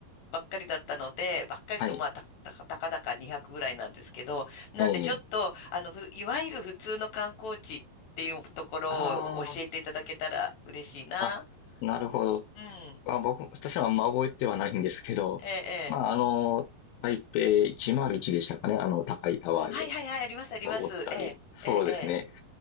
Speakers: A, on the left (about 85°); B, on the left (about 70°).
A: ばっかりだったので、ばっかりとまあた、
B: はい。
A: たか、たかだか200ぐらいなんですけど、なんでちょっと、
B: ええ、
A: あの、ふいわゆる普通の観光地っていうところを教えていただけたら嬉しいな。
B: ああ、あ、なるほど。
A: うん。
B: まあ、僕、私はあんま覚えてはないんですけど、
A: ええ、ええ。
B: まあ、あの、台北101でしたかね。あの、高いタワーに
A: はいはいはい、ありますあります。
B: 登ったり。
A: ええ、ええ、
B: そうですね。